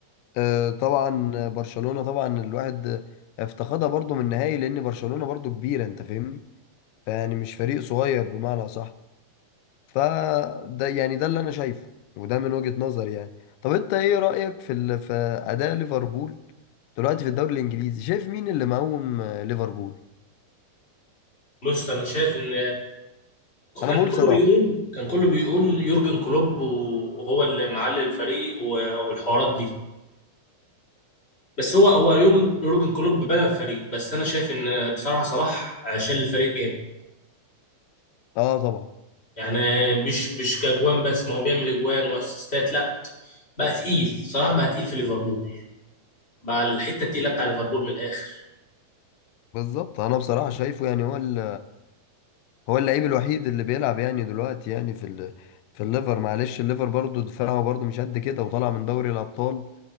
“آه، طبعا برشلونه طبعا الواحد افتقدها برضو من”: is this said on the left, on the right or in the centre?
Left